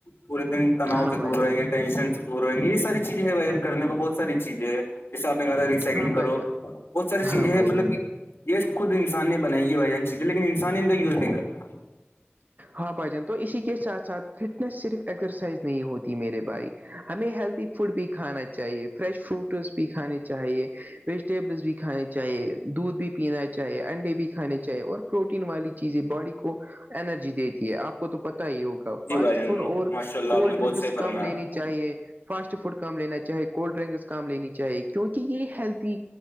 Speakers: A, on the left (about 65°); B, on the right (about 45°).
A: پورے دن تناؤ
B: ہاں
A: سے
B: بھائی
A: دور
B: جان
A: رہیں گے ٹینشن دور ہیں گے یہ ساری چیزیں ہے ون کرنے کو بہت ساری چیزیں ہے جیسے آپ نے کہا ریسائکلنگ
B: ہاں
A: کرو
B: بھائی جان
A: بہت ساری چیزیں
B: ہاں
A: ہیں
B: بھائی
A: مطلب
B: جان
A: کہ یہ خود انسان نے بنائی ہے بھائی جان چیزیں لیکن انسان نے ان کا یوز نہیں کرا
B: ہاں بھائی جان تو اسی کے ساتھ ساتھ فٹنس صرف ایکسرسائز نہیں ہوتی میرے بھائیک ہمیں ہیلدی فوڈ بھی کھانا چاہیے فریش فروٹس بھی کھانے چاہیے ویجیٹیبلس بھی کھانے چاہیے دودھ بھی پینا چاہے انڈے بھی کھانے چاہیے اور پروٹین والی چیزیں باڈی کو انرجی دیتی ہے آپ کو تو پتا ہی ہوگا
A: جی
B: فاسٹ
A: بھائی جان
B: فوڈ اور
A: ماشاء اللہ آپ
B: کولڈ
A: نے
B: ڈرنکس
A: بہت صحیح فرمایا
B: کم لینےی چاہیے فاسٹ فوڈ کام لینا چاہے کولڈ ڈرنکس کام لینی چاہیے کیونکہ یہ ہیلدی